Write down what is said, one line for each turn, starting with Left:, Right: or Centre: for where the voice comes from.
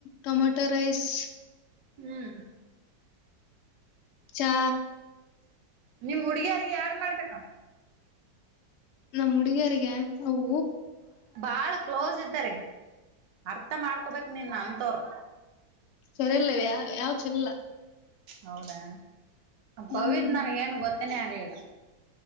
Left: Tomato rice.
Right: ಹ್ಮ್
Left: ಚಾ
Right: ನಿಮ್ ಹುಡ್ಗಿಯರಿಗೆ ಯಡ್ ಮಾಡ್ಬೇಕಾ.
Left: ನಮ್ಮ್ ಹುಡುಗಿಯರಿಗೆ ಅವು.
Right: ಬಾಳ ಕ್ಲೋಸ್ ಇದ್ದಾರೆ ಅರ್ಥ ಮಾಡ್ಕೊಬೇಕಕ್ ನಿನ್ ಅಂತವರು
Left: ಸರಿಲ್ಲ ಇವ್ ಯಾ ಯಾವ್ ಚೆಲ್ಲ.
Right: ಹೌದಾ
Left: ಹ್ಮ್
Right: ಪವಿದ್ ನನ್ಗೆ ಏನ್ ಗೊ ತನ್ನೆ ಆಗ್ಲಿಲ್ಲ.